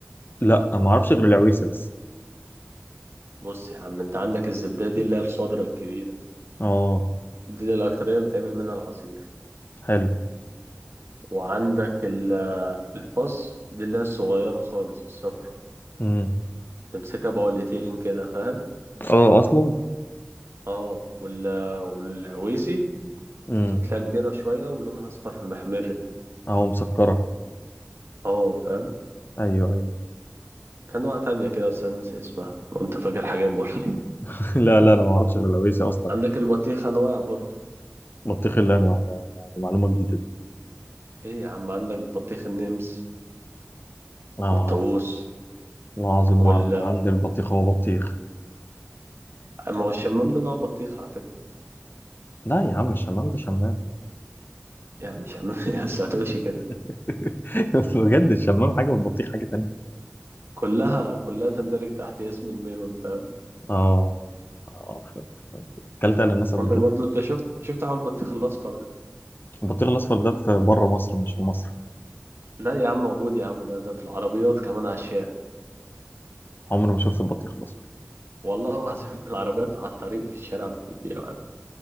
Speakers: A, on the left; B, on the right.
A: لا ما اعرفش غير العويسه بس
B: بص يا عم انت عندك الزبدة دي اللي هي الخضرة الكبيرة
A: اه
B: دي اللي الاكترية بتعمل منها العصير
A: حلو
B: وعندك ال- الفص دي اللي هي الصغيرة خالص الصفرة
A: امم
B: تمسكها بقولتين كده فاهم
A: اه اصلا
B: اه وال... والعويسي
A: امم
B: هتلاقيها كبيرة شوية ولونها اصفر في محمر كده
A: اهو مسكره
B: اه فاهم
A: ايوه ايوه
B: في أنواع تانية كده بس أنا ناسي اسمها لو أنت فاكر حاجة بقول لي
A: <laughs> لا لا انا ما اعرفش غير العويسه
B: <laughs>
A: اصلا
B: عندك البطيخ أنواع برضو
A: بطيخ اللي انواع ده ده معلومه جديده
B: إيه يا عم عندك بطيخ النمس
A: لا
B: والطاووس
A: ما اعرفش والله العظيم
B: وال
A: ما اعرف انا عندي البطيخ هو بطيخ
B: ما هو الشمام ده نوع بطيخ على فكرة
A: لا يا عم الشمام ده شمام
B: يعني شمام <laughs> يا بس هتقولش كده
A: <laughs> بجد الشمام حاجه والبطيخ حاجه تانية
B: كلها كلها تندرج تحت اسم الميلون فاهم
A: اه اه فهمت فهمت اكلت الاناس قبل
B: عندك
A: كده
B: برضو أنت شفت شفت حوار البطيخ الأصفر ده
A: البطيخ الاصفر ده في بره مصر مش في مصر
B: لا يا عم موجود يا عم ده ده في العربيات كمان على الشارع
A: عمري ما شفت البطيخ الاصفر
B: والله العظيم <laughs> العربيات على الطريق في الشارع بتبيعه يعني.